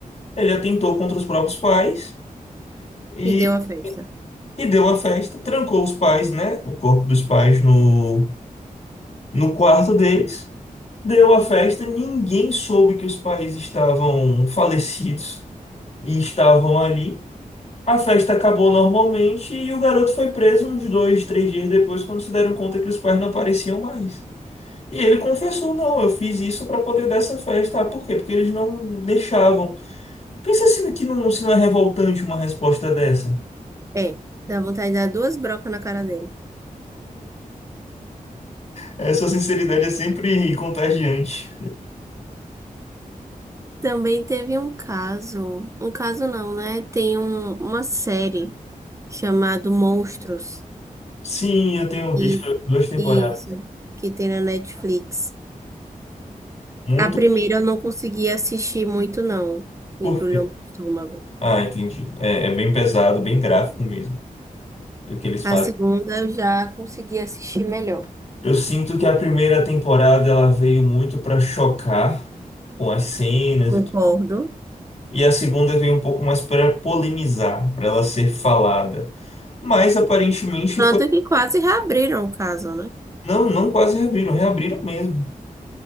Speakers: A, on the left (about 45°); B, on the right (about 20°).
A: Ele atentou contra os próprios pais e,
B: E deu a festa.
A: e deu a festa, trancou os pais, né? O corpo dos pais no, no quarto deles. Deu a festa, ninguém soube que os pais estavam falecidos e estavam ali. A festa acabou normalmente e o garoto foi preso uns dois, três dias depois, quando se deram conta que os pais não apareciam mais. E ele confessou: não, eu fiz isso para poder dar essa festa. Ah, por quê? Porque eles não deixavam. Pensa se, que não, se não é revoltante uma resposta dessa.
B: É, dá vontade de dar duas brocas na cara dele.
A: Essa sinceridade é sempre contagiante.
B: Também teve um caso, um caso não, né? Tem um- uma série chamada Monstros,
A: Sim, eu tenho
B: e
A: visto duas temporadas.
B: isso, que tem na Netflix.
A: Muito
B: A primeira eu não consegui assistir muito, não.
A: por
B: Embrulhou meu estômago.
A: Ah, entendi. É, é bem pesado, bem gráfico mesmo, o que eles
B: A
A: fazem.
B: segunda eu já consegui assistir melhor.
A: Eu sinto que a primeira temporada ela veio muito para chocar com as cenas
B: Concordo.
A: e tudo. E a segunda veio um pouco mais para polemizar, para ela ser falada. Mas aparentemente
B: Tanto
A: foi.
B: que quase reabriram o caso, né?
A: Não, não quase reabriram, reabriram mesmo.